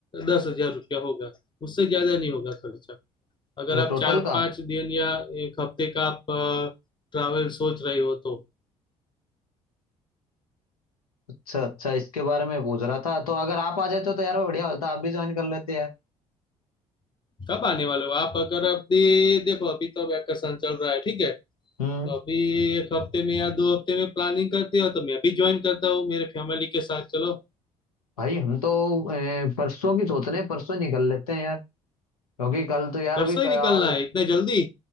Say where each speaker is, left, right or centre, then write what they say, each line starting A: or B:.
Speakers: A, on the left (about 25°); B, on the left (about 80°).
A: दस हजार रुपया होगा उससे ज्यादा नहीं होगा खर्चा अगर
B: अच्छा
A: आप
B: टोटल
A: चार
B: का
A: पांच दिन या एक हफ्ते का आप ट्रैवल सोच रहे हो तो
B: अच्छा अच्छा इसके बारे में पूछ रहा था तो अगर आप आ जाते तो यार वो बढ़िया होता आप भी ज्वाइन कर लेते यार
A: कब आने वाले हो आप अगर अभी देखो अभी तो वैकेशन चल रहा है ठीक है
B: हम्म
A: तो अभी एक हफ्ते में या दो हफ्ते में प्लानिंग करते हो तो मैं भी ज्वाइन करता हूँ मेरे फैमिली के साथ चलो
B: भाई हम तो अ, परसों की सोच रहे हैं परसों निकल लेते हैं यार क्योंकि कल तो यार
A: परसों
B: अभी
A: ही
B: क- आज
A: निकलना है इतने जल्दी